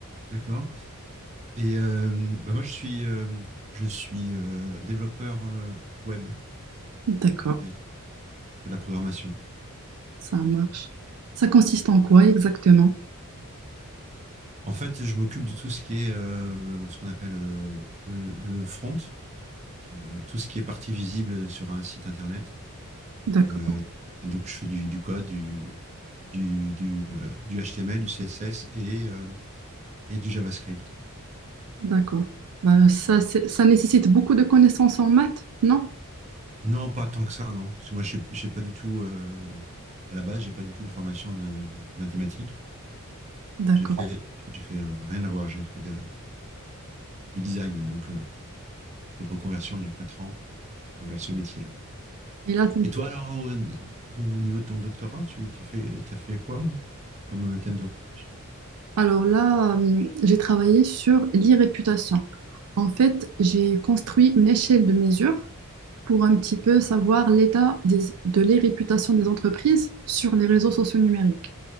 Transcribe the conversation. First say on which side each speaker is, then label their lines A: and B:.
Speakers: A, on the right; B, on the right.
A: d'accord. Et euh, bah, moi, je suis, euh, je suis euh, développeur euh, web.
B: D'accord,
A: Je fais, je fais de la programmation.
B: ça marche. Ça consiste en quoi exactement?
A: En fait, je m'occupe de tout ce qui est euh, ce qu'on appelle euh, le, le front, sur, euh, tout ce qui est partie visible sur un site internet. Donc,
B: D'accord,
A: euh, et donc je fais du, du code, du, du, du, euh, du HTML, du CSS et, euh, et du JavaScript.
B: d'accord. Ben, ça, c'est- ça nécessite beaucoup de connaissances en maths, non?
A: Non, pas tant que ça, non. Parce que moi, je suis- j'ai pas du tout, euh, à la base, j'ai pas du tout une formation de de mathématiques.
B: D'accord.
A: J'ai fait, j'ai fait euh, rien à voir. J'ai fait de- du design, donc euh, j'ai fait de reconversion il y a quatre ans euh, vers ce métier-là.
B: Et là, c'est-
A: Et toi, alors, au, au niveau de ton doctorat, tu, tu fais, t'as fait quoi comme euh, thème de recherche?
B: Alors là, euh, j'ai travaillé sur l'irréputation. En fait, j'ai construit une échelle de mesure pour un petit peu savoir l'état des- de l'irréputation des entreprises sur les réseaux sociaux numériques.